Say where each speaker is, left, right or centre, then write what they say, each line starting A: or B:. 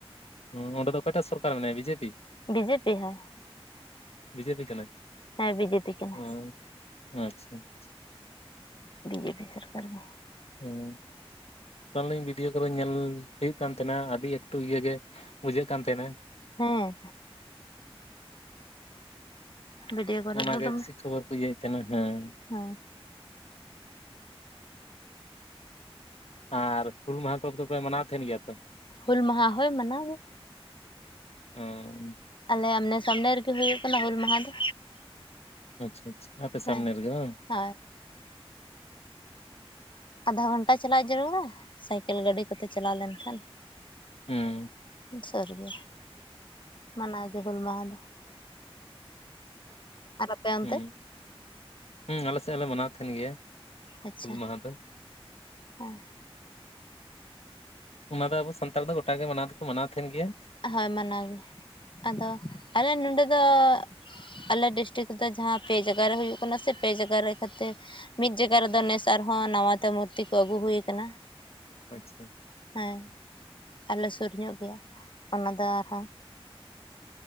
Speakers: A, on the left; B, on the left.
A: ᱦᱩᱸ ᱚᱸᱰᱮ ᱫᱚ ᱚᱠᱚᱭᱴᱟᱜ ᱥᱚᱨᱠᱟᱨ ᱢᱮᱱᱟᱭᱟ ᱵᱤᱡᱮ ᱯᱤ᱾
B: ᱵᱤᱡᱮᱯᱤ ᱦᱳᱭ
A: ᱵᱤᱡᱮᱯᱤ ᱠᱟᱱᱟᱭ
B: ᱦᱮᱸ ᱵᱤᱡᱮᱯᱤ ᱠᱟᱱᱟᱭ
A: ᱦᱩᱸ᱾ ᱟᱪᱪᱷᱟ ᱟᱪᱪᱷᱟ
B: ᱵᱤᱡᱮ ᱯᱤ ᱥᱚᱨᱠᱟᱨ ᱜᱮ᱾
A: ᱦᱩᱸ ᱾ <unintelligible> ᱵᱷᱤᱰᱤᱭᱳ ᱠᱚᱨᱮ ᱧᱮᱞ ᱦᱩᱭᱩᱜ ᱠᱟᱱ ᱛᱟᱦᱮᱱᱟ ᱟᱹᱰᱤ ᱮᱠᱴᱩ ᱤᱭᱟᱹ ᱜᱮ ᱵᱩᱡᱷᱟᱹᱜ ᱠᱟᱱ ᱛᱟᱦᱮᱱᱟ᱾
B: ᱦᱮᱸ᱾ ᱵᱷᱤᱰᱭᱳ ᱠᱚᱨᱮ
A: ᱚᱱᱟᱜᱮ
B: ᱫᱚ ᱫᱚᱢᱮ
A: ᱵᱤᱥᱤ ᱠᱷᱚᱵᱚᱨ <unintelligible> ᱛᱤᱱᱟᱹᱜ ᱦᱮᱸ᱾
B: ᱦᱮᱸ᱾
A: ᱟᱨ ᱦᱩᱞ ᱢᱟᱦᱟ ᱠᱚᱫᱚᱯᱮ ᱢᱟᱱᱟᱣ ᱛᱟᱦᱮᱱ ᱜᱮᱭᱟ ᱛᱚ᱾
B: ᱦᱩᱞ ᱢᱟᱦᱟ ᱦᱚᱭ ᱢᱟᱱᱟᱣ᱾
A: ᱚ᱾
B: ᱟᱞᱮ ᱟᱢᱱᱮ ᱥᱟᱢᱱᱮ ᱨᱮᱜᱮ ᱦᱩᱭᱩᱜ ᱠᱟᱱᱟ ᱦᱩᱞ ᱢᱟᱦᱟ ᱫᱚ᱾
A: ᱟᱪᱪᱷᱟ ᱟᱪᱪᱷᱟ ᱟᱯᱮ ᱥᱟᱢᱱᱮ
B: ᱦᱮᱸ
A: ᱨᱮᱜᱮ ᱵᱟᱝ᱾
B: ᱦᱳᱭ ᱟᱫᱷᱟ ᱜᱷᱚᱱᱴᱟ ᱪᱟᱞᱟᱜ ᱡᱟᱹᱨᱩᱲᱟ ᱥᱟᱭᱠᱮᱞ ᱜᱟᱹᱰᱤ ᱠᱚᱛᱮ ᱪᱟᱞᱟᱣ ᱞᱮᱱᱠᱷᱟᱱ᱾
A: ᱦᱩᱸ᱾
B: ᱥᱟᱹᱨᱤ ᱜᱮ ᱢᱟᱱᱟᱣ ᱜᱮ ᱦᱩᱞ ᱢᱟᱦᱟ ᱫᱚ᱾ ᱟᱨ ᱟᱯᱮ ᱚᱱᱛᱮ
A: ᱦᱩᱸ ᱦᱩᱸ ᱟᱞᱮ ᱥᱮᱫ ᱦᱚᱸᱞᱮ ᱢᱟᱱᱟᱣ ᱛᱟᱦᱮᱱ ᱜᱮᱭᱟ᱾
B: ᱟᱪᱪᱷᱟ
A: ᱦᱩᱞ ᱢᱟᱦᱟ ᱫᱚ
B: ᱦᱮᱸ
A: ᱚᱱᱟ ᱫᱚ ᱟᱵᱚ ᱥᱟᱱᱛᱟᱲ ᱫᱚ ᱜᱚᱴᱟ ᱜᱮ ᱢᱟᱱᱟᱣ ᱫᱚᱠᱚ ᱢᱟᱱᱟᱣ ᱛᱟᱦᱮᱱ ᱜᱮᱭᱟ
B: ᱦᱳᱭ ᱢᱟᱱᱟ ᱜᱮ ᱟᱫᱚ ᱟᱞᱮ ᱱᱚᱰᱮ ᱫᱚ ᱟᱞᱮ ᱰᱤᱥᱴᱤᱠ ᱨᱮᱫᱚ ᱡᱟᱦᱟᱸ ᱯᱮ ᱡᱟᱜᱟ ᱨᱮ ᱦᱩᱭᱩᱜ ᱠᱟᱱᱟ ᱥᱮ ᱯᱮ ᱡᱟᱜᱟ ᱨᱮ ᱠᱷᱟᱹᱛᱤᱨ ᱢᱤᱫ ᱡᱟᱭᱜᱟ ᱨᱮᱫᱚ ᱱᱮᱥ ᱟᱨᱦᱚᱸ ᱱᱟᱣᱟᱛᱮ ᱢᱩᱨᱛᱤ ᱠᱚ ᱟᱹᱜᱩ ᱦᱩᱭ ᱠᱟᱱᱟ
A: ᱟᱪᱪᱷᱟ
B: ᱦᱮᱸ ᱟᱞᱮ ᱥᱩᱨ ᱧᱚᱜ ᱜᱮᱭᱟ ᱚᱱᱟ ᱫᱚ ᱟᱨᱦᱚᱸ